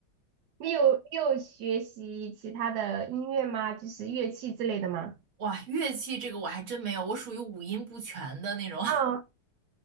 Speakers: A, on the right; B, on the right.
A: 你有你有学习其他的音乐吗？就是乐器之类的吗？
B: 哇，乐器这个我还真没有，我属于五音不全的那种。<laughs>
A: 哦，